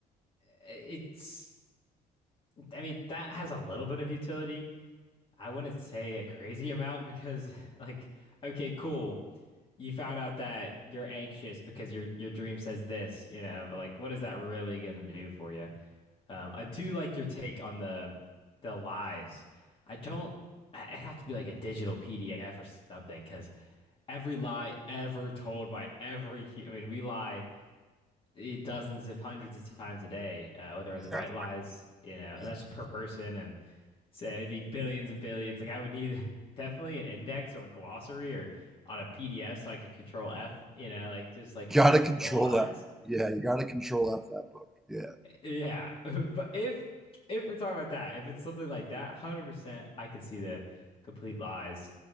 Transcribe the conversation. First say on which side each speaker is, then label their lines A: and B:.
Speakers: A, on the left; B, in the centre.
A: it's I mean that has a little bit of utility. I wouldn't say a crazy amount because <laughs> like okay, cool. You found out that you're anxious because your your dream says this, you know, but like what is that really gonna do for you? Um, I do like your take on the the lies. I don't. It would have to be like a digital PDF or something because every lie ever told by every I mean, we lie eh, dozens if hundreds of times a day, uh, whether
B: yeah,
A: it's white lies, you know,
B: yeah.
A: and that's per person, and so it'd be billions and billions. Like I would need <laughs> definitely an index or glossary or on a PDF so I can control F, you know, like just like find
B: Gotta control
A: the lies.
B: F. Yeah, you gotta control F that book. Yeah.
A: Yeah, <laughs> but if if we're talking about that, if it's something like that, 100% I could see the complete lies.